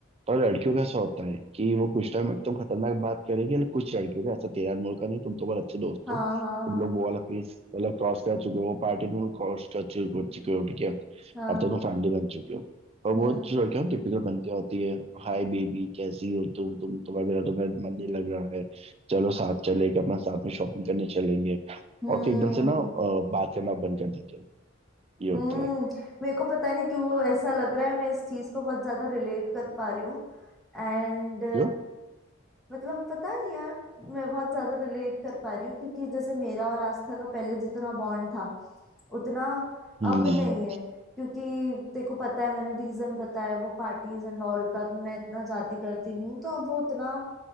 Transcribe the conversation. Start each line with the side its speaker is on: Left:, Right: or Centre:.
Right: पर लड़कियों का ऐसा होता है कि वो कुछ टाइम एकदम खतरनाक बात करेगी लेकिन कुछ लड़कियों का ऐसा तेरा मोड़ का नहीं तुम तो बहुत अच्छे दोस्त
Centre: हाँ
Right: हो
Centre: हाँ
Right: तुम
Centre: हाँ
Right: लोग वो वाला फेस मतलब क्रॉस कर चुके हो वो पार्टी तुम लोग क्रॉस कर चुके हो चुके हो, ठीक है
Centre: हाँ
Right: अब तो तुम फैमिली बन चुके हो और वो
Centre: हम्म
Right: लड़कियों की टिपिकल बनती होती है हाय बेबी कैसी हो तुम तुम तुम्हारा मेरा तो मेरा मन नहीं लग रहा है चलो साथ चले कि अपना साथ में शॉपिंग करने चलेंगे
Centre: हम्म
Right: और फिर एकदम से ना अ, बात करना बंद कर देते हो ये होता
Centre: हम्म
Right: है
Centre: मेरे को पता नहीं क्यों ऐसा लग रहा है मैं इस चीज को बहुत ज्यादा रिलेट कर पा रही हूँ एंड
Right: क्यों
Centre: मतलब पता नहीं यार मैं बहुत ज्यादा रिलेट कर पा रही हूँ क्योंकि जैसे मेरा और आस्था का पहले जितना बॉन्ड था उतना
Right: हम्म
Centre: अब नहीं है क्योंकि तेरे को पता है मैंने रीजन बताया वो पार्टीज एंड ऑल का तो मैं इतना जाती करती नहीं हूँ तो अब वो उतना